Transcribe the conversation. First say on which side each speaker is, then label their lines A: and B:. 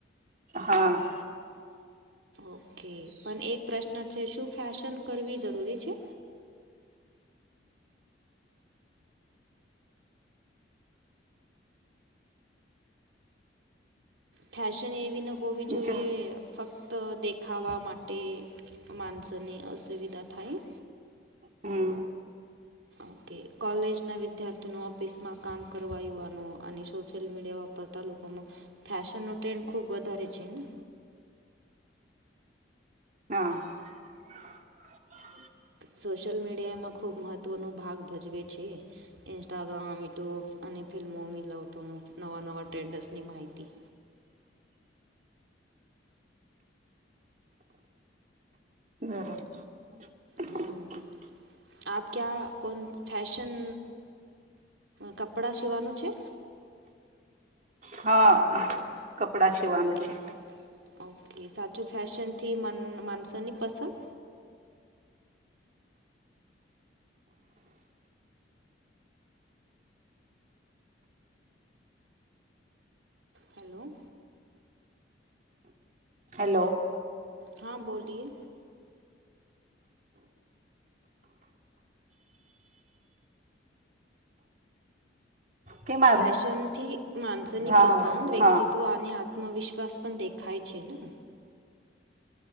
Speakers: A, on the right; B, on the right.
A: હા.
B: ઓકે, પણ એક પ્રશ્ન છે, શું ફેશન કરવી જરૂરી છે? ફેશન એવી ન હોવી જોઈએ
A: જો
B: ફક તો દેખાવા માટે માણસોને અસુવિધા થાય.
A: હમ્મ
B: ઓકે કોલેજના વિદ્યાર્થીના ઓફિસમાં કામ કરવા યુવાનો અને સોશિયલ મીડિયા પતા લોકોમાં, ફેશનનો ટ્રેન્ડ ખૂબ વધારે છેને.
A: હા <inaudible>
B: સોશિયલ મીડિયા એમાં ખૂબ મહત્ત્વનો ભાગ ભજવે છે. ઇન્સ્ટાગ્રામ, યુટ્યુબ અને ફિલ્મો મી લવતોનું નવા નવા ટ્રેન્ડર્સની માહિતી.
A: બરા <inaudible>
B: હમ આપ ક્યાં કોન ફેશન કપડાં સીવાનું છે?
A: હા કપડા સીવાનું
B: ઓકે
A: છે
B: ઓકે સાચું ફેશનથી મન માનસોની પસંદ હેલો
A: હેલો
B: હા બોલીએ.
A: કે મારું
B: ફેશનથી માનસોની
A: હા
B: પસંદ, વ્યક્તિત્વ
A: હા
B: અને આત આત્મવિશ્વાસ પન દેખાય છે ન.